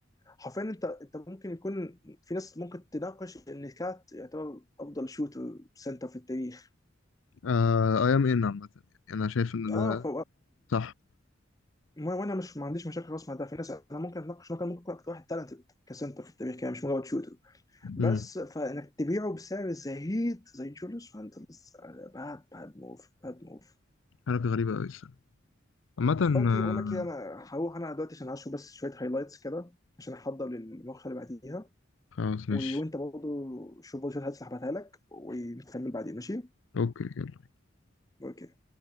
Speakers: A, on the left; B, on the left.
A: حرفيا انت انت ممكن يكون في ناس ممكن تناقش ان كات يعتبر افضل شوتر سنتر في التاريخ
B: اه اي ام ان عامة يعني انا شايف ان ده
A: اه ف
B: صح
A: وانا مش ما عنديش مشاكل خالص مع ده في ناس انا ممكن اتناقش انه كان ممكن يكون اكتر واحد تالنتد كسنتر في التاريخ كان مش مجرد شوتر بس
B: امم
A: فانك تبيعه بسعر زهيد زي جوليوس فانتلز باد باد موف باد موف
B: حركة غريبة أوي الصراحة عامة
A: اوكي
B: آه،
A: بقول لك ايه انا هروح انا دلوقتي عشان اشوف بس شويه هايلايتس كده عشان احضر للمقطع اللي بعديها
B: خلاص
A: و-
B: ماشي
A: وانت برضه شوف برضه شويه هتسحبها لك ونكمل بعدين ماشي
B: أوكي
A: اوكي